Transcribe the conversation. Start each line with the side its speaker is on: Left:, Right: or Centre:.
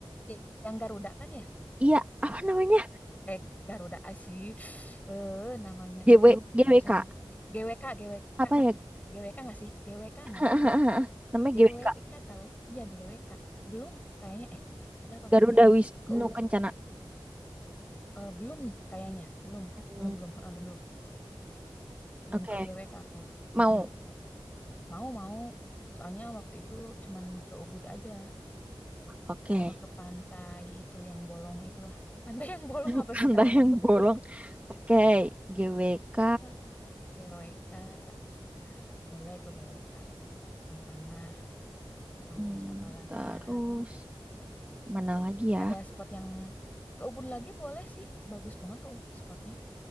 Left: y- yang Garuda kan ya?
Right: Iya, apa namanya?
Left: Eh Garuda sih. Eh namanya
Right: GW,
Left: tuh
Right: GWK.
Left: barusan GWK GWK
Right: Apa ya?
Left: GWK nggak sih? GWK
Right: <laughs>
Left: nggak sih?
Right: Namanya
Left: GWK
Right: GWK.
Left: tahu? Iya GWK. Belum kayaknya. Eh udah apa belum
Right: Garuda
Left: ya?
Right: Wisnu
Left: Ke U-
Right: Kencana.
Left: eh, belum kayaknya. Belum
Right: Hmm,
Left: belum belum Eh, belum belum
Right: Oke,
Left: ke GWK aku.
Right: Mau.
Left: Mm-mm. Mau mau. Soalnya waktu itu cuman ke Ubud aja
Right: Oke,
Left: sama ke pantai itu yang bolong itulah. <laughs> Pantai yang bolong
Right: <laughs>
Left: apa
Right: Tanda
Left: sih namanya
Right: yang
Left: aku
Right: bolong.
Left: lupa.
Right: Oke, GWK.
Left: Heeh. GWK. Boleh tuh GWK. Belum pernah. Terus
Right: Hmm,
Left: apa lagi
Right: terus
Left: ya?
Right: mana lagi ya?
Left: Ada spot yang ke Ubud lagi boleh sih. Bagus banget tuh spotnya.